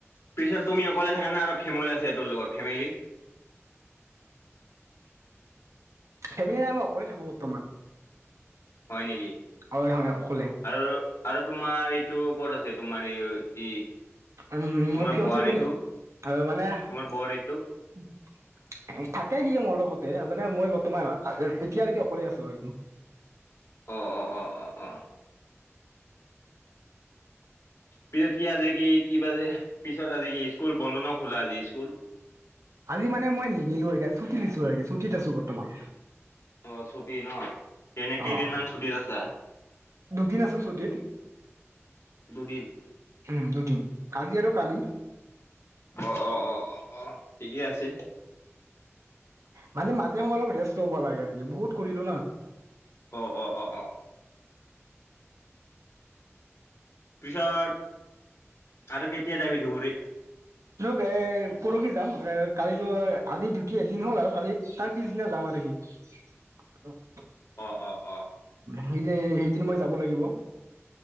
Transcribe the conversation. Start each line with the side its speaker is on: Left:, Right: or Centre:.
Left: পিছত তুমি অকলে থাকা নে আৰু ফেমিলি আছে তোৰ লগত ফেমিলি।
Right: ফেমিলি নাই মই অকলে থাকো বৰ্তমান।
Left: হয় নেকি
Right: হয় হয় অকলে।
Left: আৰু আৰু তোমাৰ এইটো ক'ত আছে তোমাৰ এই ই
Right: উ মোৰ
Left: তোমাৰ
Right: ফিয়নচীজনী
Left: বোৱাৰীটো
Right: আৰু মানে
Left: তোমাৰ
Right: থাকে
Left: বোৱাৰীটো
Right: সিয়ে মোৰ লগতে মানে মই বৰ্তমান এতিয়া আৰু কি অকলে আছো আৰু। <inaudible>
Left: অ অ অ অ অ পিছত কি আজি কি কিবা যে পিছত আজি কি স্কুল বন্ধ নে খোলা আজি স্কুল?
Right: আজি মানে মই নিদিলো আও গাইছ ছুটি দিছো আৰু ছুটীত আছো বৰ্তমান।
Left: অ ছুটি ন এনে কেইদিনমান
Right: অ,
Left: ছুটিত আছা
Right: দুদিন আছো চুটিত।
Left: দুদিন
Right: উম দুদিন, আজি আৰু কালি।
Left: অ অ অ অ অ ঠিকেই আছে।
Right: মানে মাজে সময়ে অলপ ৰেষ্ট ল'ব লাগে আৰু কি বহুত কৰিলো না
Left: অ অ অ অ পিছত আৰু কেতিয়া যাবি ধুবুৰীত?
Right: ঘৰ এ পৰহি যাম, এ কালিতো আজি ডিউটি এদিন হ'ল আৰু কালি তাৰ পিছদিনা যাম আৰু। <inaudible>
Left: অ অ অ
Right: সেইদিন সেইদিন মই যাব লাগিব।